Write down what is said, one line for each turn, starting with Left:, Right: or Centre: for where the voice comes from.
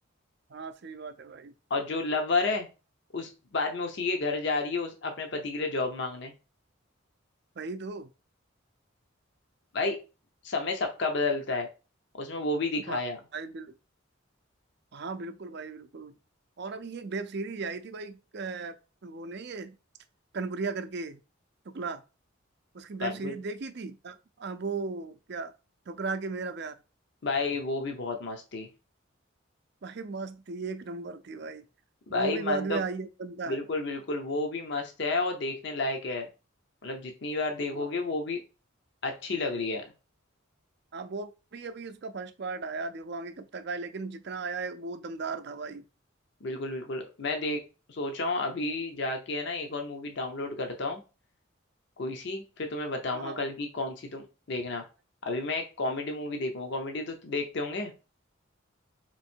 Right: हाँ सही बात है भाई
Left: और जो लवर है उस बाद में उसी के घर जा रही है उस अपने पति के लिए जॉब मांगने
Right: भाई तो
Left: भाई समय सबका बदलता है उसमें वो भी दिखाया
Right: भा- भाई बिल, हाँ बिल्कुल भाई बिल्कुल और अभी एक वेब सीरीज आई थी भाई अ, वो नहीं है कनपुरिया करके टुकला उसकी वेब
Left: कानपुर
Right: सीरीज देखी थी अ, अ, वो क्या ठुकरा के मेरा प्यार
Left: भाई वो भी बहुत मस्त थी
Right: भाई मस्त थी एक नंबर थी भाई
Left: भाई
Right: वो भी
Left: मन
Right: बाद
Left: तो
Right: में आई है बनता
Left: बिल्कुल
Right: है
Left: बिल्कुल वो भी मस्त है और देखने लायक है मतलब जितनी बार देखोगे
Right: हाँ
Left: वो भी अच्छी लग रही है
Right: हाँ वो भी अभी उसका फर्स्ट पार्ट आया देखो आगे कब तक आया लेकिन जितना आया है वो दमदार था भाई
Left: बिल्कुल बिल्कुल मैं देख सोचा हूँ अभी जाके है ना एक और मूवी डाउनलोड करता हूँ कोई सी फिर तुम्हें बताऊंगा
Right: हाँ हाँ
Left: कल की कौन सी तुम देखना अभी मैं एक कॉमेडी मूवी देखूंगा कॉमेडी तो देखते होंगे